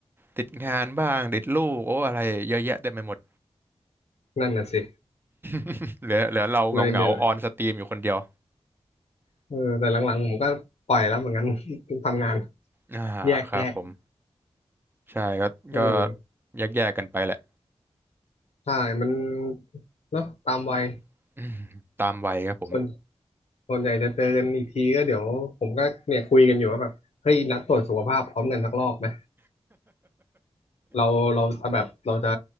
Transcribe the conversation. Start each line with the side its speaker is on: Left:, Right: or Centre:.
Right: ติดงานบ้างติดลูกโอ้อะไรเยอะแยะเต็มไปหมด
Left: นั่นน่ะสิ
Right: <laughs> เหลือเหลือเราเหงาเหงาออนสตรีมอยู่คนเดียว
Left: เลยเนี่ยแหละเออแต่หลังๆผมก็ปล่อยแล้วเหมือนกัน <laughs> ทำงาน
Right: อ่าครับผม
Left: แยกแยก
Right: ใช่ก็ก็
Left: เออ
Right: แยกแยกกันไปแหละ
Left: ใช่ มันเนาะตามวัย
Right: <laughs> อืมตามวัยครับผม
Left: ส่วน
Right: <laughs>
Left: ส่วนใหญ่จะเจอกันอีกทีก็เดี๋ยวผมก็เนี่ยคุยกันอยู่ว่าแบบเฮ้ยนัดตรวจสุขภาพพร้อมกันสักรอบไหมเราเราจะแบบเราจะ